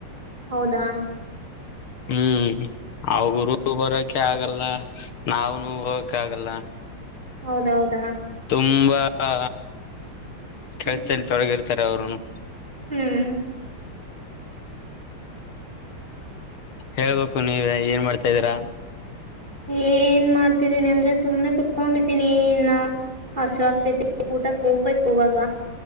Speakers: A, on the right (about 20°); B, on the left (about 75°).
A: ಹೌದಾ.
B: ಹ್ಮ್ ಅವುರು ಬರಕೆ ಆಗಲ್ಲ. ನಾವನು ಹೋಗಕ ಆಗಲ್ಲ.
A: ಹೌದೌದು.
B: ತುಂಬಾ. ಹ. ಕೆಲ್ಸಲ್ಲಿ
A: ಹ್ಮ್
B: ತೊಡಗಿರ್ತ. ತರ ಅವ್ರನು.
A: ಹ್ಮ್
B: ಹೇಳ್ಬೇಕು ನೀವ ಏನ್ ಮಾಡ್ತಾ ಇದೀರಾ.
A: ಏನ್ ಮಾಡ್ತಿದ್ದೀನಿ ಅಂದ್ರೆ. ಸುಮನೆ ಕುೂತ್ಕೊಂಡಿದ್ದೀನಿ ಇನ್ನ. ಹಸು ಆಗ್ತೈತಿ ಊಟ ಕೂಪಯಕ್ ಹವಾಗ.